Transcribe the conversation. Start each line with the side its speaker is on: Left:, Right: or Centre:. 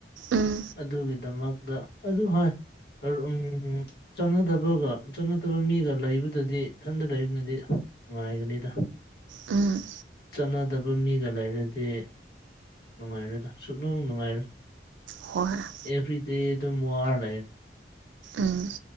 Right: ꯎꯝ
Left: ꯑꯗꯨꯒꯤꯗꯃꯛꯇ ꯑꯗꯨ ꯍꯣꯏ ꯎꯝ ꯆꯥꯟꯅꯗꯕꯒ ꯆꯥꯟꯅꯗꯕ ꯃꯤꯒ ꯂꯩꯕꯗꯗꯤ ꯏꯊꯟꯇ ꯂꯩꯕꯅꯗꯤ ꯅꯨꯡꯉꯥꯏꯒꯅꯤꯗ
Right: ꯎꯝ
Left: ꯆꯥꯟꯅꯗꯕ ꯃꯤꯒ ꯂꯩꯔꯗꯤ ꯅꯨꯡꯉꯥꯏꯔꯣꯏꯗ ꯁꯨꯅꯨꯡ ꯅꯨꯡꯉꯥꯏꯔꯣꯏ
Right: ꯍꯔ <inaudible>
Left: ꯑꯦꯕ꯭ꯔꯤ ꯗꯦ ꯑꯗꯨꯅ ꯋꯥꯅꯤ
Right: ꯎꯝ